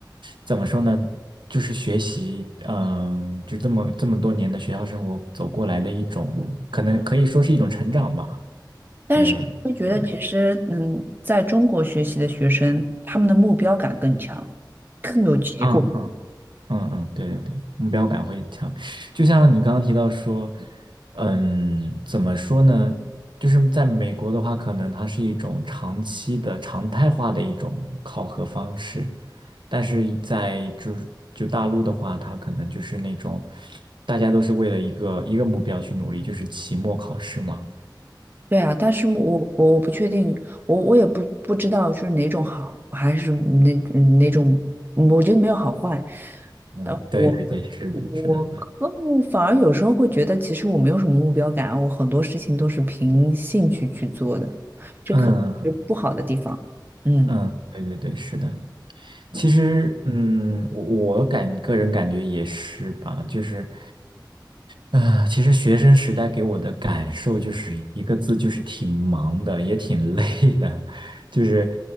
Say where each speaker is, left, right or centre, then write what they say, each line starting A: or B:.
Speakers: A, on the right; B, on the right.
A: 怎么说呢？就是学习，嗯，就这么这么多年的学校生活走过来的一种，可能可以说是一种成长吧。
B: 但是会觉得其实嗯，
A: 对，是的。
B: 在中国学习的学生，他们的目标感更强，更有结果。
A: 啊啊。嗯嗯，对对对，目标感会强。就像你刚刚提到说，嗯，怎么说呢？就是在美国的话，可能它是一种长期的常态化的一种考核方式，但是在就是就大陆的话，它可能就是那种大家都是为了一个一个目标去努力，就是期末考试嘛。
B: 对啊，但是我我我不确定，我我也不不知道就是哪种好，还是哪哪种，嗯我觉得没有好坏。
A: 嗯，
B: 呃，
A: 对对对，
B: 我
A: 是的，
B: 我更反而有时候会觉得，
A: 是的。
B: 其实我没有什么目标感，我很多事情都是凭兴趣去做的，这可能是不好的地方。
A: 嗯
B: 嗯，
A: 嗯，对对对，是的。其实，嗯，我我感个人感觉也是吧，就是。啊，其实学生时代给我的感受就是一个字，就是挺忙的，也挺累的，就是